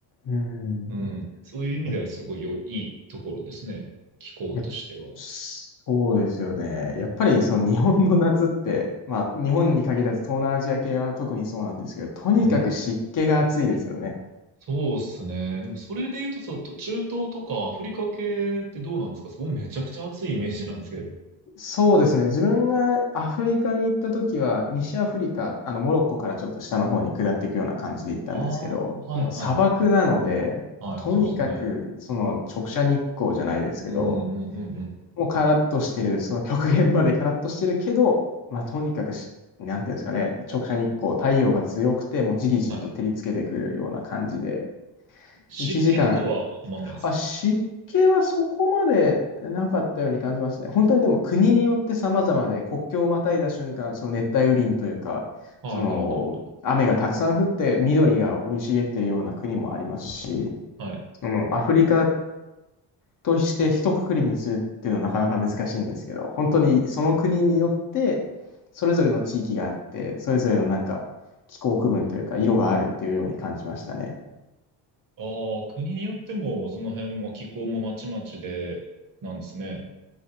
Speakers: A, on the left (about 45°); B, on the right (about 50°).
A: うーん。
B: うん、そういう意味ではすごい良いいいところですね。
A: い
B: 気候としては。
A: やそうですよね。やっぱりその日本の夏って、まあ日本に限らず東南アジア系は特にそうなんですけど、とにかく湿気が暑いですよね。
B: うん。そうっすね。でもそれで言うとさ、と中東とかアフリカ系ってどうなんですかそこめちゃくちゃ暑いイメージなんですけど。
A: そうですね。自分がアフリカに行った時は、西アフリカ、あのモロッコからちょっと下の方に下っていくような感じで行ったんですけど、
B: ああはいはいはいは
A: もう砂漠なので、
B: い。
A: とにかくその直射日光じゃないですけど、
B: はい、そうですよね。うんうんうんうん。
A: もうカラッとしてる、その極限までカラッとしてるけど、まあとにかくし、なんていうんですかね、直射日光、太陽が強くて、もうじりじりと照りつけてくるような感じで、
B: はい。湿気とかはあんまないですか
A: 1時間、あ、湿気はそこまでなかったように感じますね。本当にでも国によって様々で、国境をまたいだ瞬間、その熱帯雨林というか、
B: はいはいはい。
A: その雨がたくさん降って緑が生い茂ってるような国もありますし、
B: はい。
A: そのアフリカとして一括りにするっていうのはなかなか難しいんですけど、本当にその国によってそれぞれの地域があって、それぞれのなんか気候区分というか色があるっていうように感じましたね。
B: ああ、国によってもその辺も気候もまちまちでなんですね。